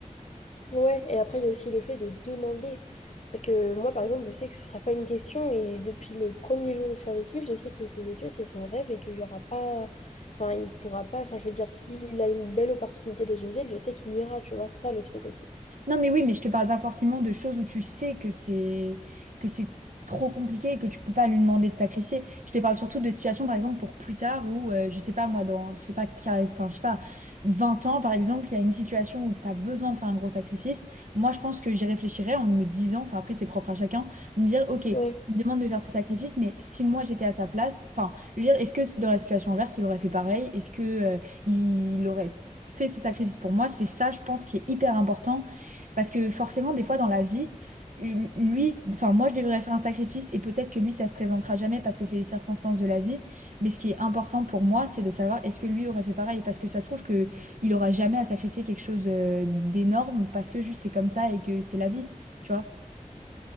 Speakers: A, on the left; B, on the right.
A: Ouais, et après, il y a aussi le fait de demander. Parce que moi, par exemple, je sais que ce sera pas une question, et depuis le premier jour où je suis avec lui, je sais que ses études, c'est son rêve et qu'il y aura pas. Enfin, il pourra pas. Enfin, je veux dire, s'il a une belle opportunité dans une ville, je sais qu'il ira, tu vois, c'est ça le truc aussi.
B: Non, mais oui, mais je te parle pas forcément de choses où tu sais que c'est que c'est trop compliqué et que tu peux pas lui demander de sacrifier. Je te parle surtout de situations, par exemple, pour plus tard où, euh, je sais pas, moi, dans, je sais pas, qua- enfin, je sais pas, 20 ans, par exemple, il y a une situation où tu as besoin de faire un gros sacrifice. Moi, je pense que j'y réfléchirais en me disant, enfin, après, c'est propre à chacun, de me dire, OK, il
A: Ouais.
B: me demande de faire ce sacrifice, mais si moi j'étais à sa place, enfin, je veux dire, est-ce que dans la situation inverse, il aurait fait pareil? Est-ce que, euh, il aurait fait ce sacrifice pour moi? C'est ça, je pense, qui est hyper important parce que forcément, des fois, dans la vie, je- lui, enfin, moi, je devrais faire un sacrifice et peut-être que lui, ça se présentera jamais parce que c'est les circonstances de la vie. Mais ce qui est important pour moi, c'est de savoir est-ce que lui aurait fait pareil? Parce que ça se trouve que il aura jamais à sacrifier quelque chose euh, d'énorme parce que juste c'est comme ça et que c'est la vie, tu vois?